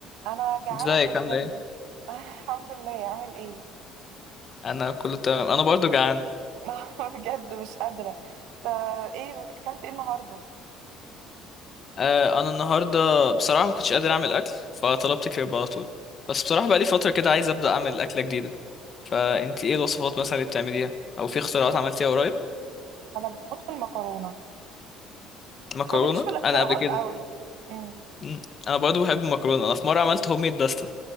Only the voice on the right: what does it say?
انا جعانه
جدا
آه، الحمد لله عامل ايه
<laughs> بجد مش قادره طب ايه اكلت ايه النهارده
انا
أنا بموت في المكرونه
انا ماليش في الاختراعات
قوي امم